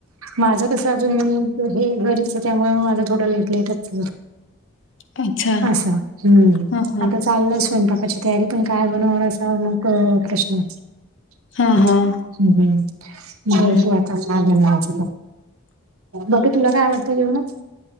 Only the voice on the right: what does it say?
माझं कस अजून मी. हे घरीच आहे त्यामुळे माझा थोडं लेट लेटच.
असा हम्म.
आता चाललंय स्वयंपाकाची तयारी पण काय बनवणार असा मग प्रश्न आहे.
ह्
हम्म बस
वा. ध बकी तुला काय आवटतं जेवण.